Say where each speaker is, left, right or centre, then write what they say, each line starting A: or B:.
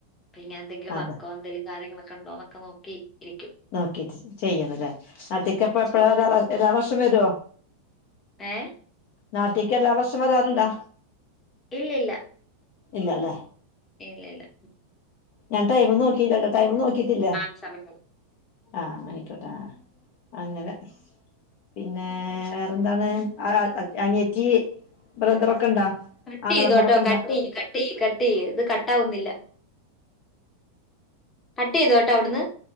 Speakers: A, on the left; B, on the left.
A: പിന്നെ ഞാൻ എന്തെങ്കിലും
B: അതെ
A: വർക്കോ എന്തെങ്കിലും കാര്യങ്ങളൊക്കെ ഉണ്ടോ എന്നൊക്കെനോക്കി ഇരിക്കും
B: നോക്കിട്ട് ചെയ്യിണ്ലെനാട്ടികിപ്പ്
A: ഉം,
B: എപ്പഴാ
A: ശരി
B: രാധാരാധാകൃഷ്ണൻ വരുവോ
A: ഏ
B: നാട്ടിക്ക് എല്ലാ വർഷം വരാറുണ്ടാ
A: ഇല്ലിഇല്ല
B: ഇല്ലലേ
A: ഇല്ലെല
B: ഞാൻടൈംനോകിട്ടില്ലട്ട ടൈം നോക്കിട്ടില്ല
A: ആ സമയായി
B: അ ആയിക്കോട്ട ആ അങ്ങനെ പിന്നെ വേറെന്താണ് ആരാ അനിയറത്തി ബ്രദറൊക്കെ ഇണ്ടാ
A: കട്ട്
B: ആങ്ങളമാരൊക്കെ
A: ചെയ്തോട്ടോ
B: ഇണ്ടാ
A: കട്ടയ് കട്ടയ് കട്ടയ് ഇത് കട്ടാവുന്നില്ല കട്ടയ്തോട്ടൊ അവടുന്ന്